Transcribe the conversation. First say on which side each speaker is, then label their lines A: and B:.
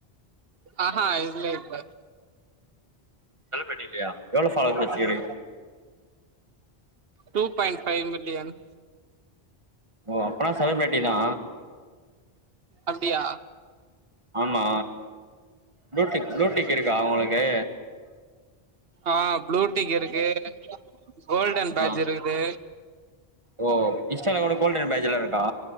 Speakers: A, on the right; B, on the right.
A: ஆஹா இல்ல இல்ல
B: செலப்ரிட்டி இல்லையா எவ்ளோ ஃபாலோவர்ஸ் வெச்சுக்றீங்
A: டூ பாயிண்ட் பைவ் மில்லியன்
B: ஓ அப்பனா செலிபிரட்டி தா
A: அப்டியா
B: ஆமா புளூ டிக் புளூ டிக் இருக்கா உங்களுக்கு
A: ஆ ப்ளூ டீக் இருக்கு கோல்டன் பேஜ்
B: ஆ
A: இருக்குது
B: ஓ இன்ஸ்டால கூட கோல்டன் பேஜ்லா இருக்கா